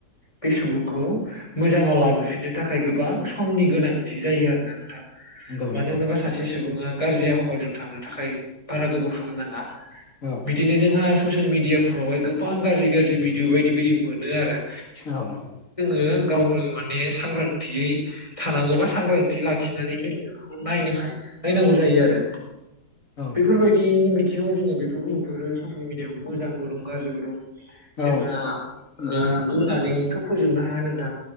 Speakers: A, on the left; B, on the left.
A: बे सुबुंख खौ मोजाङाव लाबोफिननो थाखाय गोबां समनि गोनांथि जायो आरोना नोंथां।
B: नंगौ
A: मानो
B: नंगौ
A: होनोबा सासे सुबुङा गारजि आखलजों थांनो थाखाय बारा गोबाव सम नाङा।
B: औ
A: बिदिनो
B: औ
A: जोंहा ससियेल मिडियाफ्रावहाय गोबां गाज्रि गाज्रि भिडिअ बायदि बायदि मोनो आरो।
B: सोखाव।
A: ओ गावनो माने सांग्रांथियै थानांगौबा सांग्रांथि लाखिनानै जों बेफोरखौ नायनो हाय यो नायनांगौ जायो आरो।
B: औ
A: बेफोरबायदिनि बिथिङाव जोङो बेफोरखौ नुहुरो ससियेल मिडियायाव मोजांबो दं गाज्रिबो दं। जोंहा
B: औ
A: ओ
B: दा
A: बुंनानैथ' फोजोबनो हाया नोंथां?